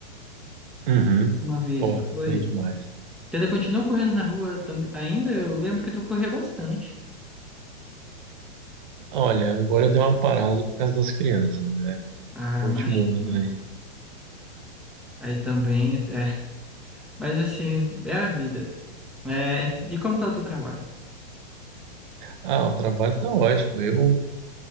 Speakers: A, on the right; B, in the centre.
A: aí. Uhum.
B: Uma vez,
A: Porra,
B: não foi?
A: corri demais.
B: Tu ainda continuou correndo na rua também? Ainda eu lembro que tu corria bastante.
A: Olha, agora eu dei uma parada por causa das crianças, né?
B: Ah,
A: O
B: imagino.
A: último ano aí.
B: Aí também, é. Mas assim, é a vida. É, e como tá o teu trabalho?
A: Ah, o trabalho tá ótimo. Eu,